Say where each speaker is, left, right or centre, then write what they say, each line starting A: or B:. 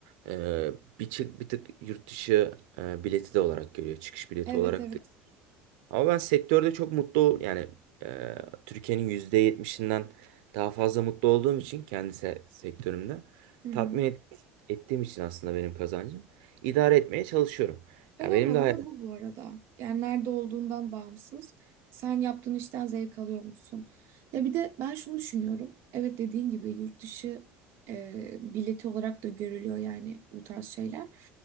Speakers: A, on the right (about 85°); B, on the right (about 50°).
A: E, bir, çı- bir tık yurt dışı e, bileti de olarak görüyor. Çıkış bileti
B: evet,
A: olarak
B: evet.
A: da ama ben sektörde çok mutlu ol yani e, Türkiye'nin %70'inden daha fazla mutlu olduğum için kendi se- sektörümde
B: Hı hı.
A: tatmin et- ettiğim için aslında benim kazancım idare etmeye çalışıyorum.
B: Önemli
A: Ya benim
B: olan
A: de hayatım
B: da bu bu arada. Yani nerede olduğundan bağımsız. Sen yaptığın işten zevk alıyor musun? Ya bir de ben şunu düşünüyorum. Evet dediğin gibi yurt dışı e, bileti olarak da görülüyor yani bu tarz şeyler.